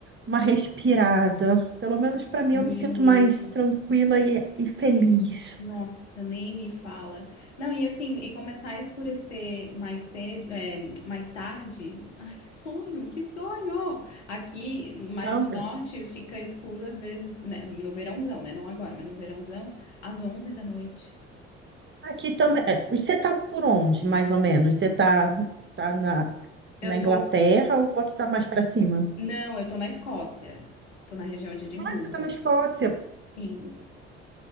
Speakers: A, on the right; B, on the left.
A: uma respirada. Pelo menos pra mim
B: Menina,
A: eu me sinto mais tranquila e, e feliz.
B: nossa, nem me fala. Não, e assim, e começar a escurecer mais cedo, é, mais tarde. Ai, sonho, que sonho! Aqui, mais
A: Não,
B: no norte, fica escuro às vezes, né? No verãozão, né? Não agora, mas no verãozão, às 11 da noite.
A: aqui também. é, Você tá por onde, mais ou menos? Você tá, tá na,
B: Eu
A: na
B: tô
A: Inglaterra ou você tá mais pra cima?
B: Não, eu tô na Escócia. Tô na região de Edimburgo.
A: Ah, você tá na Escócia.
B: Sim,